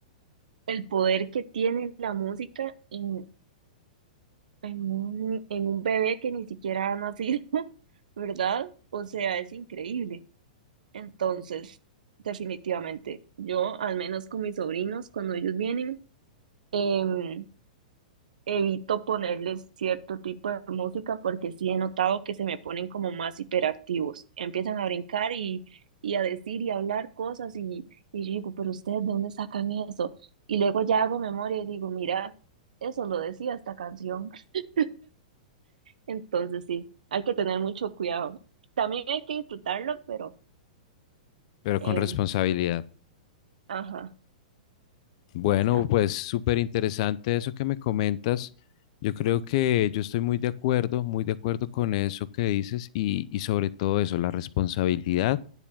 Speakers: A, on the right; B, on the left.
A: el poder que tiene la música en, en un, en un bebé que ni siquiera ha nacido, <laughs> ¿verdad? O sea, es increíble. Entonces, definitivamente, yo al menos con mis sobrinos, cuando ellos vienen, em, evito ponerles cierto tipo de música porque sí he notado que se me ponen como más hiperactivos. Empiezan a brincar y, y a decir y a hablar cosas y, y yo digo, pero ustedes, ¿de dónde sacan eso? Y luego ya hago memoria y digo, mira, eso lo decía esta canción. <laughs> Entonces, sí, hay que tener mucho cuidado. También hay que disfrutarlo, pero,
B: pero
A: em,
B: con responsabilidad.
A: ajá,
B: Bueno,
A: exacto.
B: pues súper interesante eso que me comentas. Yo creo que yo estoy muy de acuerdo, muy de acuerdo con eso que dices y, y sobre todo eso, la responsabilidad